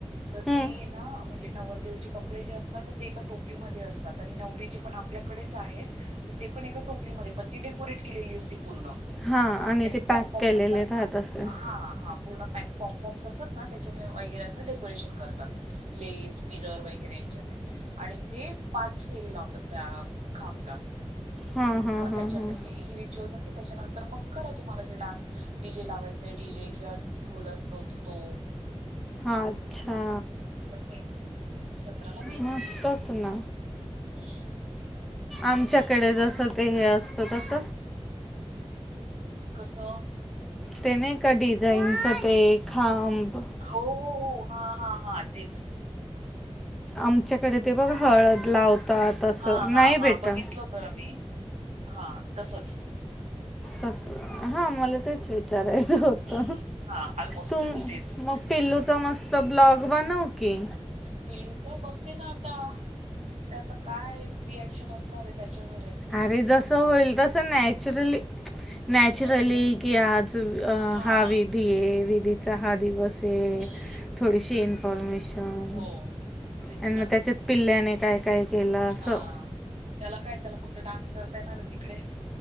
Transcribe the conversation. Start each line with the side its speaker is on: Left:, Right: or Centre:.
Right: तर
Centre: हं.
Right: ती ना म्हण जे नवरदेवचे कपडे जे असतात तर ते एका टोपलीमध्ये असतात आणि नवरीचे पण आपल्याकडेच आहेत. तर ते पण एका टोपलीमध्ये पण ती डेकोरेट केलेली असती पूर्ण
Centre: हां आणि
Right: ते अशे
Centre: पॅक
Right: पॉम पॉम्स
Centre: केलेले
Right: असतात
Centre: राहत
Right: ना
Centre: असेल
Right: हा हा पूर्ण पॅक पोमपोर्म्स असतात ना त्याच्याने ऑईली वगैरे असं डेकोरेशन करतात लेस मिरर वगैरे याच्याने आणि ते पाच फेरी लावतात त्या खांबला
Centre: हां हां
Right: मग
Centre: हां
Right: त्याच्यातही
Centre: हां
Right: रिच्युअल्स असे त्याच्यानंतर मग करा तुम्हाला जे डान्स डी जे लावायचेय डीजे किंवा ढोल अस तोत तो
Centre: अच्छा
Right: तसं ये. सतराला
Centre: मस्तच ना
Right: हम्म
Centre: आमच्याकडे जस ते हे असतं तस
Right: कसं
Centre: ते नाई का डिझाईनच ते खांब
Right: हो हो हो हा हा हा तेच
Centre: आमच्याकडे ते बघ हळद लावतात. असं
Right: हा
Centre: नाही
Right: हा हा
Centre: बेटा
Right: बघितल होत ना मी हा तसच
Centre: तस हा मला तेच विचारायचं होत
Right: हम्म हां ऑलमोस्ट
Centre: तू
Right: तेच
Centre: मग पिल्लू च मस्त ब्लॉग बनव की
Right: पिल्लूच बघते ना आता त्याच काय रिएक्शन असणार आहे त्याच्यावर ये.
Centre: अरे जसं होईल तसं नॅचरली नॅचरली
Right: नाही पण
Centre: कि आज
Right: हां
Centre: हा विधी ये. सहा दिवस आहे
Right: हम्म
Centre: थोडीशीन इन्फॉर्मेशन
Right: हो तेच
Centre: आणि
Right: ना
Centre: मग त्याच्यात पिल्ल्याने काय काय केलं असं.
Right: हां त्याला काय त्याला फक्त डान्स करता येणार रे तिकडे